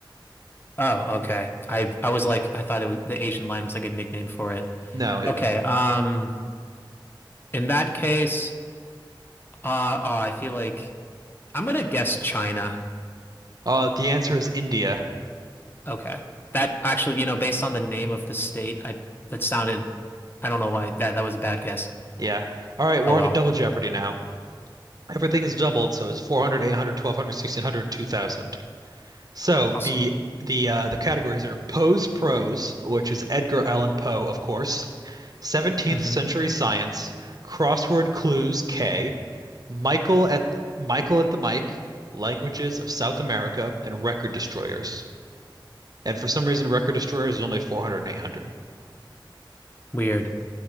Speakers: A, on the left; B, on the right.
A: Oh, okay. I I was like I thought it was the Asian lion was like a nickname for it.
B: No, it,
A: Okay, um in that case, uh oh, I feel like I'm gonna guess China.
B: uh, the answer is India.
A: Okay. That actually, you know, based on the name of the state, I that sounded I don't know why that that was a bad guess.
B: Yeah. All right, we're
A: Oh well.
B: on to double jeopardy now. Everything is doubled, so it's 400, 800, 1200, 1600, 2000. So
A: Awesome.
B: the the uh, the categories are Poe's prose, which is Edgar Allan Poe, of course, 17th
A: hmm
B: century science, crossword clues K, Michael at Michael at the mic, languages of South America, and record destroyers. And for some reason, record destroyers is only four hundred and eight hundred.
A: Weird.